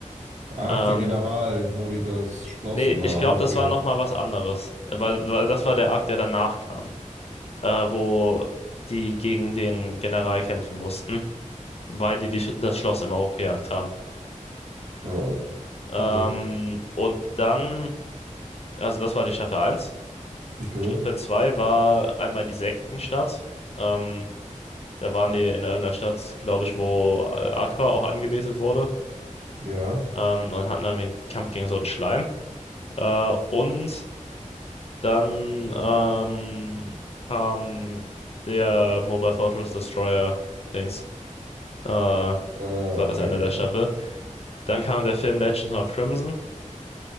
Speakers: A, on the right; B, on the left.
A: Ach,
B: Ähm,
A: der General, wo die das Schloss
B: Nee,
A: immer
B: ich glaube,
A: hochgejagt.
B: das war nochmal was anderes. Weil, weil das war der Arc, der danach kam, äh, wo die gegen den General kämpfen mussten, weil die, die das Schloss immer hochgejagt haben.
A: Ah,
B: Ähm,
A: okay.
B: und dann, also das war die Staffel eins
A: Okay.
B: Staffel 2 war einmal die Sektenstadt. Ähm, da waren die in irgendeiner Stadt, glaube ich, wo äh, Aqua auch angebetet wurde.
A: Ja.
B: Ähm, und hatten irgendwie einen Kampf gegen so einen Schleim. Äh, und Dann ähm, kam der Mobile Fortress Destroyer Dings. Äh, das
A: Äh
B: war
A: okay,
B: das Ende der
A: okay.
B: Staffel. Dann kam der Film Legends of Crimson.